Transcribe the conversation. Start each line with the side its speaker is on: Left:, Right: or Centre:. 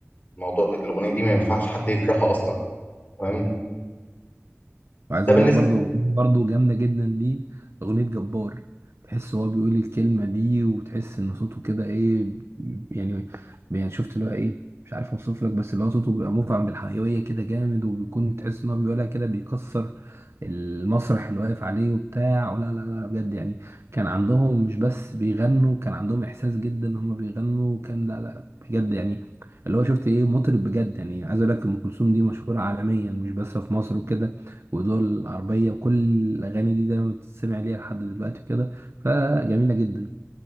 Left: الموضوع الاغنيه دي ما ينفعش حد يكرهها اصلا تمام
Right: وعايز
Left: ده بالنسبه
Right: اقول لك برضو أغنية برضو جامده جدا ليه اغنيه جبار تحس هو بيقول الكلمه دي وتحس ان صوته كده ايه يعني يعني شفت اللي هو ايه مش عارف اوصف لك بس اللي هو صوته بيبقى مفعم بالحيويه كده جامد وبيكون تحس ان هو بيقولها كده بيكسر المسرح اللي واقف عليه وبتاع ولا لا لا بجد يعني كان عندهم مش بس بيغنوا كان عندهم احساس جدا ان هم بيغنوا كان لا لا بجد يعني اللي هو شفت ايه مطرب بجد يعني عايز اقول لك ام كلثوم دي مشهوره عالميا مش بس في مصر وكده ودول العربية وكل الأغاني دي دايما بتتسمع ليها لحد دلوقتي وكده فجميلة جدا